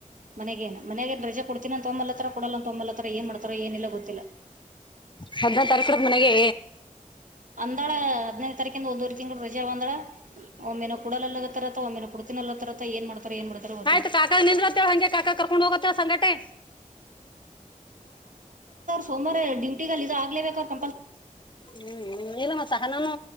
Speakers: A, on the right; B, on the left.
A: ಮನೆ ಮನೆಗೆ ಇನ್ನಿ ರಜೆ ಕೊಡ್ತೀನಂತ ತೊಂಬಲತ್ತರ ಕೊಡಲ್ಲ ಒ ತೊಂಬಲತ್ತರ ಏನ್ ಮಾಡ್ತಾರ ಏನಿಲ್ಲ ಗೊತ್ತಿಲ್ಲ
B: ಹದ್ನೇ ತಾರೀಕಡದ ಮನೆಗೆ
A: ಅಂದಾಳ ಹದಿ ನೈದು ತಾರೀಕಿಂದ ಒಂದೂವರೆ ತಿಂಗಳು ರಜೆೆ ಅಂದಾಳ ಒಮ್ಮೆನೆ ಕೊಡಲ್ಲಗತ್ತಾರರ ಒಂದ್ನೆ ಕುಡ್ತಿನನ ಅಲ್ಲತ್ತರ ಏನ್ ಮಾಡ್ತಾರ ಏನ್ ಮಾಡ್ತಾರ ಗೊತಿನ
B: ಆಯ್ತು ಕಾಕಾಗ ಹಂಗೆ ಕಾಕಾ ಕರ್ಕೊಂಡ್ ಹೋಗತ್ತ ಸಂಗಟೆ
A: ಸೋಮಾವಾರ ಡ್ಯೂಟಿಗಲ್ಲದು ಆಗ್ಲೇಬೇಕಪ್ಪ
B: ಹ್ಮ್ ಇಲ್ಲ ಮ ಸಹ ನಾನು